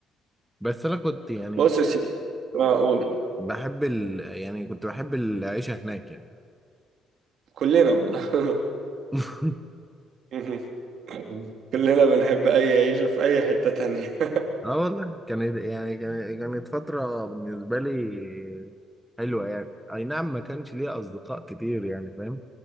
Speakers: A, in the centre; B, on the right.
A: بس انا كنت يعني
B: بص يا سيدي معقول
A: بحب ال... يعني كنت بحب العيشه هناك يعني
B: كلنا والله
A: <laughs>
B: <laughs> كلنا بنحب أي عيشة في أي حتة تانية <laughs>
A: اه والله كانت يعني كان- كانت فتره بالنسبه لي حلوه يعني اي نعم ما كانش ليا اصدقاء كتير يعني فاهم